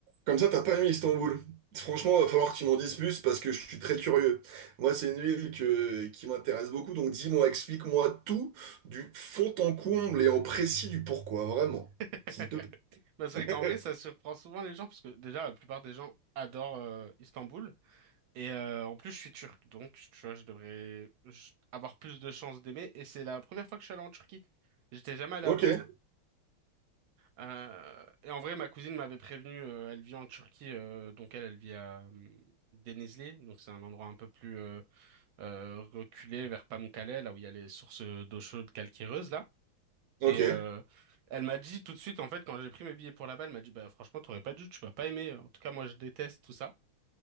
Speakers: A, on the right (about 55°); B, on the right (about 75°).
A: Comme ça, t'as pas aimé Istanbul. Franchement, va falloir que tu m'en dises plus parce que je suis très curieux. Moi, c'est une ville que, qui m'intéresse beaucoup, donc dis-moi, explique-moi tout du fond en comble et en précis du pourquoi, vraiment.
B: <laughs>
A: S'il te plaît.
B: Bah, c'est vrai qu'en vrai, ça
A: <laughs>
B: surprend souvent les gens, parce que déjà, la plupart des gens adorent euh, Istanbul. Et euh, en plus, je suis turc, donc tu vois, je devrais je- avoir plus de chances d'aimer. Et c'est la première fois que je suis allé en Turquie. J'étais jamais allé
A: Ok,
B: avant. Euh, et en vrai, ma cousine m'avait prévenu, euh, elle vit en Turquie, euh, donc elle, elle vit à euh, Denizli, donc c'est un endroit un peu plus euh, euh, reculé vers Pamukkale, là où il y a les sources d'eau chaude calcaireuse, là.
A: ok.
B: Et euh, elle m'a dit tout de suite, en fait, quand j'ai pris mes billets pour là-bas, elle m'a dit, bah franchement, t'aurais pas dû, tu vas pas aimer. En tout cas, moi, je déteste tout ça.